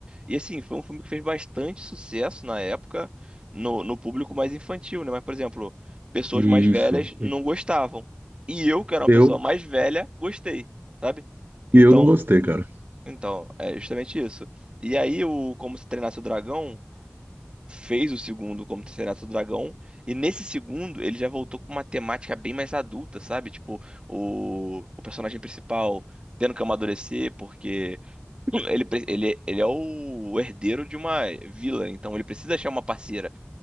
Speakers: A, on the right; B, on the right.
A: E assim, foi um filme que fez bastante sucesso na época no, no público mais infantil, né? Mas, por exemplo, pessoas
B: isso.
A: mais velhas não gostavam. E eu, que era uma
B: Eu,
A: pessoa mais velha, gostei sabe? Então,
B: e eu não gostei, cara.
A: então, é justamente isso. E aí o Como Se Treinasse o Dragão fez o segundo Como Se Treinasse o Dragão, e nesse segundo ele já voltou com uma temática bem mais adulta, sabe? Tipo, o, o personagem principal tendo que amadurecer porque ele, pre- ele, ele é o herdeiro de uma vila, então ele precisa achar uma parceira.